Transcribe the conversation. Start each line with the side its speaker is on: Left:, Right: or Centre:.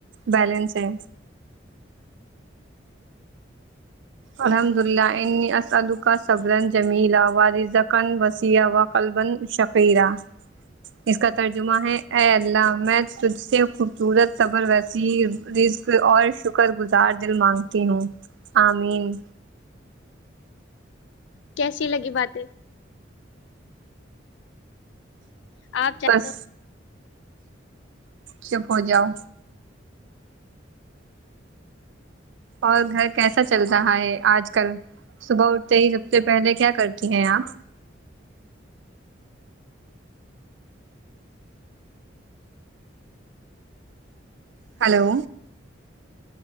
Right: بیلنس ہے الحمد للہ انی اسلالو کا سبرن جمیلہ و رضکن وسیع و قلب ش <unintelligible> اس کا ترجمہ ہے اے اللہ میں تجھ سے خوبصورت صبر وسیع رزق اور شکر گزار دل مانگتی ہوں آمین
Left: کیسی لگی باتیں آپ چاہتے
Right: بس چپ ہو جاؤ اور گھر کیسا چل رہا ہے آج کل صبح اٹھتے ہی سب سے پہلے کیا کرتی ہیں آپ ہلو